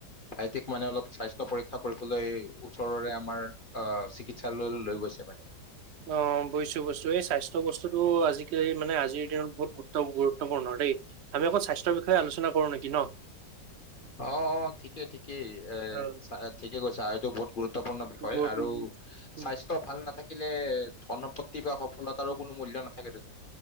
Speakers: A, on the left; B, on the right.
A: ভাইটিক মানে অলপ স্বাস্থ্য পৰীক্ষা কৰিবলৈ ওচৰৰে আমাৰ আহ চিকিৎসালয়লৈ লৈ গৈছে মানে।
B: অ বুজিছো বুজছোএই স্বাস্থ্য বস্তুটো আজিকালি মানে আজিৰ দিনত বহুত গুৰুত্ব গুৰুত্বপূৰ্ণ দেই, আমি অকল স্বাস্থ্যৰ বিষয়ে আলোচনা কৰোঁ নেকি ন?
A: অঁ-অঁ ঠিকেই-ঠিকেই এ
B: অ
A: ঠিকেই কৈছা আৰু এইটো বহুত গুৰুত্বপূৰ্ণ বিষয়
B: গুৰু-
A: আৰু স্বাস্থ্য ভাল নাথা কিলে ধন সম্পত্তি বা সফলতাৰো কোনো মূল্য নাথাকে দেচোন।